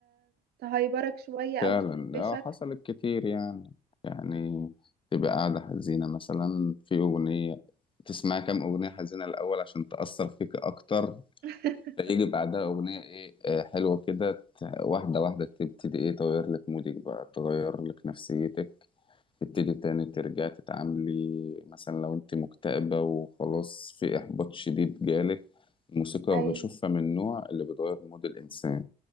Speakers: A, on the right; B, on the left.
A: تهيبرك شوية او
B: فعلا
A: تفرفشك
B: اه حصلت كتير يعني يعني تبقى قاعدة حزينة مثلا في أغنية تسمع كام أغنية حزينة الأول عشان تأثر فيك أكتر
A: <laughs>
B: فيجي بعدها أغنية إيه آه، حلوة كده ت- واحدة واحدة تبتدي إيه تغير لك مودك بقى تغير لك نفسيتك تبتدي تاني ترجع تتعاملي مثلا لو أنت مكتئبة وخلاص في إحباط شديد جالك الموسيقى
A: ايوه
B: بشوفها من النوع اللي بتغير مود الإنسان